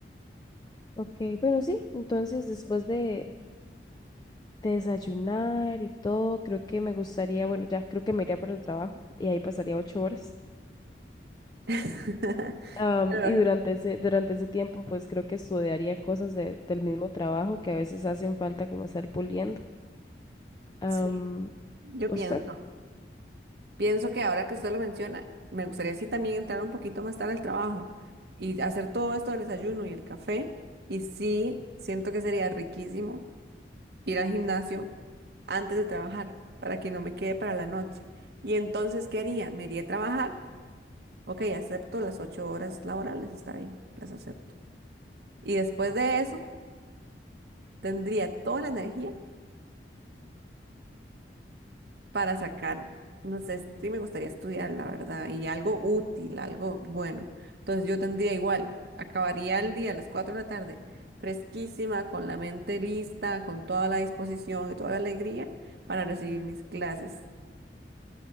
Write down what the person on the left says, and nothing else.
Ok, bueno, sí, entonces después de, de desayunar y todo, creo que me gustaría, bueno, ya creo que me iría para el trabajo y ahí pasaría ocho horas.
Am,
y durante ese, durante ese tiempo, pues creo que estudiaría cosas de- del mismo trabajo que a veces hacen falta como estar puliendo. Am,
¿usted?